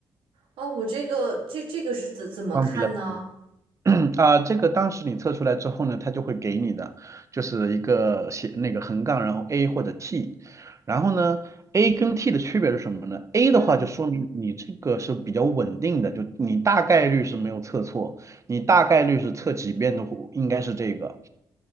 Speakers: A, on the right; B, on the right.
A: 啊，我这个这这个是怎怎么看呢？
B: 忘记了。<clears throat> 嗯啊、这个当时你测出来之后呢，它就会给你的，就是一个写那个横杠，然后 A 或者 T，然后呢，A 跟 T 的区别是什么呢？A
A: 嗯，
B: 的话就说明你这个是比较稳定的，就你大概率是没有测错，你大概率是测几遍都应该是这个，